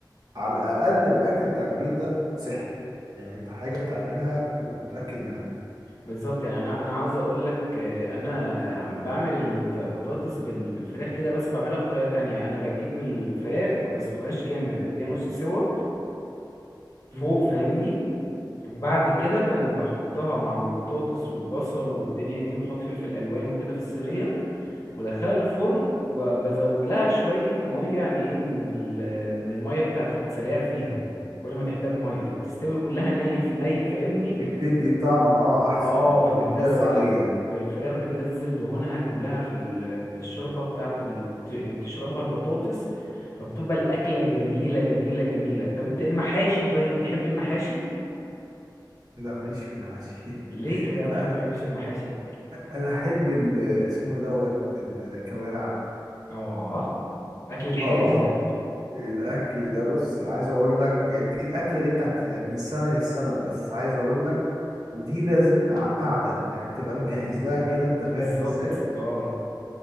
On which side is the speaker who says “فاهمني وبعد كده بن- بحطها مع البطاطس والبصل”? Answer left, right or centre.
Left